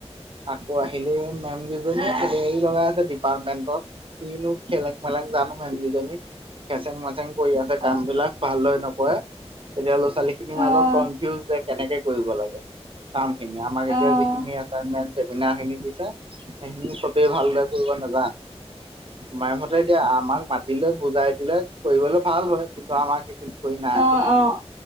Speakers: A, on the right (about 55°); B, on the right (about 75°).
A: আকৌ আহিলেই মেম গেজনিয়ে খেলি মেলি লগাই আছে ডিপাৰ্টমেন্টত কিনো জানো মেম কিজনি খেচেং মাচেং কৰি আছে
B: অ',
A: কাম বিলাক ভালদৰে নকৰে তেতিয়া ল'ৰা ছোৱালী খিনিৰ
B: অ',
A: মাজত কনফিউজ কেনেকে কৰিব লাগে কাম খিনি আমাক এতিয়া
B: অ',
A: যিখিন এচাইমেন খিনি দিছে সেইখিনি চবেই ভালদৰে ফুৰি নাজান মায়হঁতে এতিয়া আমাক মাতিলে বুজাই দিলে কৰিব ভাল হয় কিন্তু আমাক সেইখিনি কৰি নাই
B: অ',
A: এতিয়া